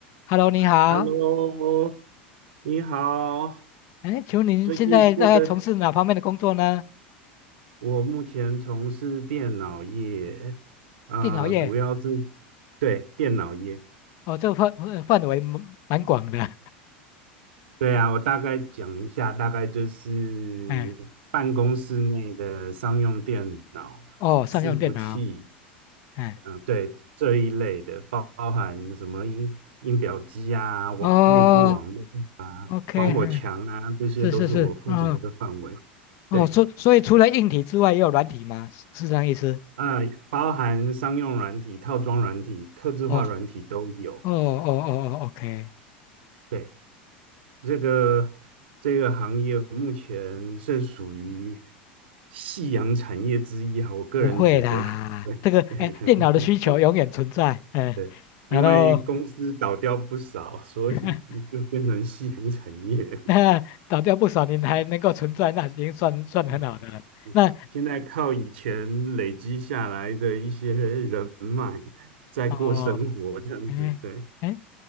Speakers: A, on the left; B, on the right.
A: Hello，你好。
B: Hello，你好，
A: 哎，请问您现在在从事哪方面的工作呢？
B: 最近过得，我目前从事电脑业，啊、
A: 电脑业。
B: 主要是对电脑业，
A: 哦，这个范呃范围蛮蛮广的。
B: 对啊，我大概讲一下，大概就是办公室内的商用电脑、
A: <laughs> 哎，哦，商用电脑。
B: 伺服器，
A: 哎，
B: 嗯、对这一类的，包包含什么音音表机啊、网内部网络、
A: 哦，OK，
B: 防火墙啊，
A: 哎，
B: 这些都是我负责的范围。
A: 是是是，嗯，哦，
B: 对。
A: 所所以除了硬体之外，也有软体吗？是是这样意思？
B: 啊、包含商用软体、套装软体、客制化软体都有。
A: 哦，哦哦哦哦，OK，
B: 对，这个这个行业目前是属于夕阳产业之一啊，我个人觉得。
A: 不会啦，
B: <laughs> 对，
A: 这个哎，
B: <laughs>
A: 电脑的需求永远存在。哎，
B: 对，
A: 然后
B: 因为公司倒掉不少，所以就变成夕阳产业。
A: <laughs> 那倒掉不少，您还能够存在，那已经算算很好的了。
B: 哦
A: 那。
B: 现在靠以前累积下来的一些人脉在过生活，
A: 哦，
B: 这样子，
A: 哎哎，
B: 对。